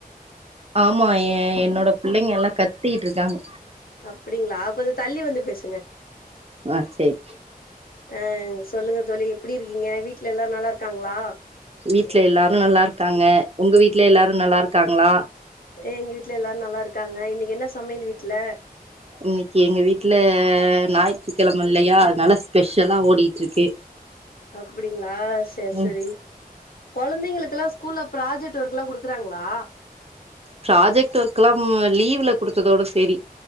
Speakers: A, on the right; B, on the left.
A: ஆமா ஏ என்னோட பிள்ளைங்க எல்லா கத்திகிட்டு இருக்காங்க
B: அப்டிங்களா கொஞ்சோ தள்ளி வந்து பேசுங்க
A: ஆ சேரி
B: ஆ சொல்லுங்க தோழி எப்டி இருக்கீங்க வீட்ல எல்லாரு நல்லா இருக்காங்களா
A: வீட்ல எல்லாரு நல்லா இருக்காங்க உங்க வீட்ல எல்லாரு நல்லா இருக்காங்களா
B: எங்க வீட்ல எல்லாரு நல்லா இருக்காங்க இன்னக்கி என்ன சமையல் வீட்ல
A: இன்னக்கி எங்க வீட்ல ஞாயித்துக்கெழம இல்லையா அதனால ஸ்பெஷலா ஓடிட்டு இருக்கு
B: அப்டிங்களா சேரி
A: ம்
B: செரி கொழந்தைங்களுக்கெல்லா ஸ்கூல்ல ப்ராஜெக்ட் ஒர்க்ல்லா குடுக்குறாங்களா
A: ப்ராஜெக்ட் ஒர்க்ல்லாம் லீவ்ல குடுத்ததோட செரி